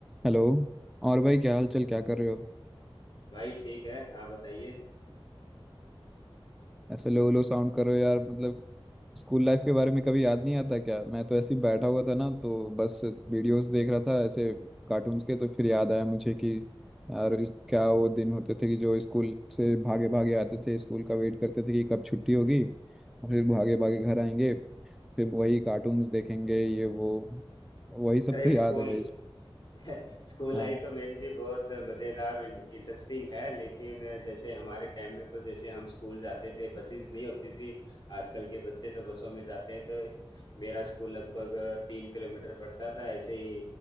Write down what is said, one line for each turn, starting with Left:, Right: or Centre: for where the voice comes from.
Centre: हेलो और भाई क्या हाल चाल क्या कर रहे हो
Left: भाई ठीक है आप बताइए
Centre: ऐसे लो लो साउंड कर रहे हो यार मतलब स्कूल लाइफ के बारे में कभी याद नहीं आता क्या मैं तो ऐसे ही बैठा हुआ था ना तो बस वीडियोस देख रहा था ऐसे कार्टून्स के तो फिर याद आया मुझे कि यार इस, क्या वो दिन होते थे कि जो स्कूल से भागे भागे आते थे स्कूल का वेट करते थे कि कब छुट्टी होगी और फिर भागे भागे घर आएंगे फिर वही कार्टून्स देखेंगे ये वो वही सब
Left: अरे
Centre: तो
Left: स्कूल
Centre: याद है भाई
Left: <laughs> स्कूल लाइफ
Centre: हाँ
Left: तो मेरी भी बहुत मज़ेदार और इंटरेस्टिंग है लेकिन जैसे हमारे टाइम में तो जैसे हम स्कूल जाते थे बसेस नहीं होती थी आजकल के बच्चे तो बसों में जाते हैं तो मेरा स्कूल लगभग तीन किलोमीटर पड़ता था ऐसे ही